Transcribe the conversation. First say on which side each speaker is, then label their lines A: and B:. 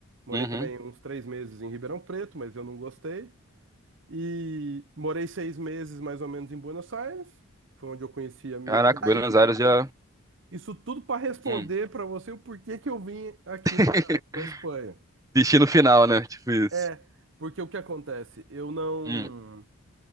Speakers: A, on the right; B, on the right.
A: morei
B: Uhum.
A: também uns três meses em Ribeirão Preto, mas eu não gostei. E morei seis meses mais ou menos em Buenos Aires, que foi onde eu conheci a minha.
B: Caraca,
A: E
B: Buenos
A: aí que
B: Aires
A: come-
B: já...
A: Isso tudo para responder
B: Hum.
A: para você o porquê que eu vim aqui
B: <laughs>
A: para para Espanha.
B: Destino final, né? Tipo isso.
A: É, porque o que acontece? Eu não.
B: Hum.